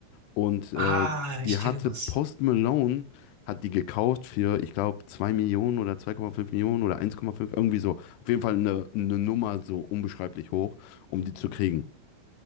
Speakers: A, on the left (about 80°); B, on the right (about 45°).
A: Und äh,
B: Ah, ich
A: die hatte
B: kenne das.
A: Post Malone, hat die gekauft für, ich glaube, 2 Millionen oder zwei Komma fünf Millionen oder eins Komma fünf irgendwie so. Auf jeden Fall eine, eine Nummer so unbeschreiblich hoch, um die zu kriegen.